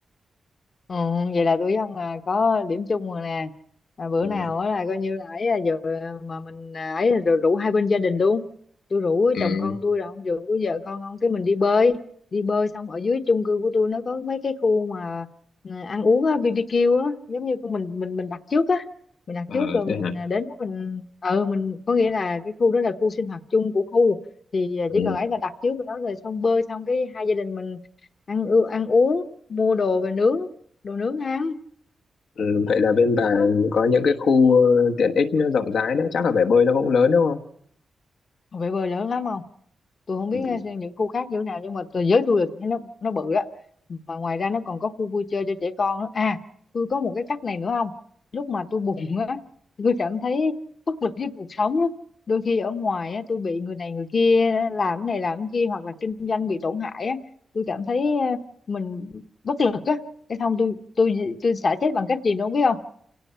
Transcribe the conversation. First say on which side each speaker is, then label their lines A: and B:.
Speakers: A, on the left; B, on the left.
A: Ừ, vậy là tụi ông là có điểm chung rồi nè à, bữa
B: ừ,
A: nào á là coi như là ấy là giờ mà mình à, ấy là rồi rủ hai bên gia đình luôn tôi rủ
B: ừ.
A: chồng con tôi rồi ông rủ vợ con ông cái mình đi bơi đi bơi xong ở dưới chung cư của tôi nó có mấy cái khu mà à, ăn uống á, BBQ á giống như của mình mình mình đặt trước á mình đặt
B: Ờ,
A: trước rồi
B: thế
A: mình
B: hả
A: à, đến đó mình ừ mình có nghĩa là cái khu đó là khu sinh hoạt chung của khu thì à,
B: ừ.
A: chỉ cần ấy là đặt trước rồi đó rồi xong bơi xong cái hai gia đình mình ăn ư- ăn uống mua đồ về nướng đồ nướng ăn
B: Ừ, vậy là bên bà
A: đó
B: có những cái khu ờ, tiện ích nó rộng rãi đấy, chắc là bể bơi nó cũng lớn đúng không?
A: Còn bơi lớn lắm không tôi không
B: Ừ,
A: biết uh, những khu khác như thế nào nhưng mà tôi giới tôi là tôi thấy nó nó bự á mà ngoài ra nó còn có khu vui chơi cho trẻ con nữa à tôi có một cái cách này nữa không lúc mà tôi buồn á tôi cảm thấy bất lực với cuộc sống á đôi khi ở ngoài á tôi bị người này người kia làm cái này làm cái kia hoặc là kinh doanh bị tổn hại á tôi cảm thấy uh, mình bất lực á cái xong tôi tôi tôi xả stress bằng cách gì nữa không biết không?